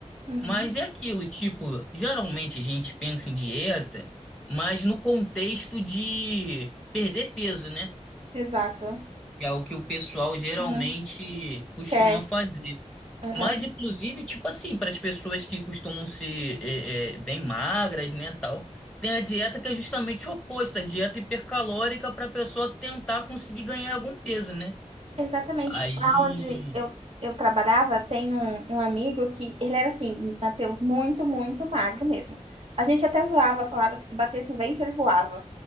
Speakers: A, on the right; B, in the centre.
A: Uhum,
B: Mas é aquilo, tipo, geralmente a gente pensa em dieta, mas no contexto de perder peso, né?
A: exato.
B: que é o que o pessoal geralmente
A: Aham.
B: costuma
A: Quer.
B: fazer.
A: Aham.
B: Mas, inclusive, tipo assim, para as pessoas que costumam ser é, é, bem magras, né, tal, tem a dieta que é justamente oposta, a dieta hipercalórica para a pessoa tentar conseguir ganhar algum peso, né?
A: Exatamente.
B: Aí.
A: onde eu, eu trabalhava, tem um, um amigo que ele era assim, Matheus, muito, muito magro mesmo. A gente até zoava, falava que se batesse um vento ele voava.